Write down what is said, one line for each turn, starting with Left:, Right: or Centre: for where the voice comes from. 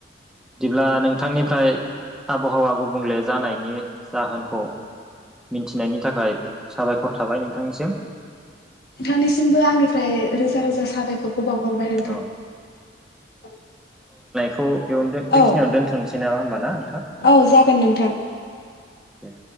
Centre: बिदिब्ला नोंथांनिफ्राय आबहावा गुबुंले जानायनि जाहोनखौ मिन्थिनायनि थाखाय साबायखर थाबाय नोंथांनिसिम
Left: नोंथांनिसिमबो आंनि फ्राय रोजा
Centre: ओ
Left: रोजा साबायखरखौ बावहरबाय नोंथां
Centre: औ खौ। बेयावनो
Left: औ
Centre: बेखिनियावनो दोन्थ'नोसै नामा होमब ना नोंथां
Left: औ जागोन नोंथां
Centre: दे।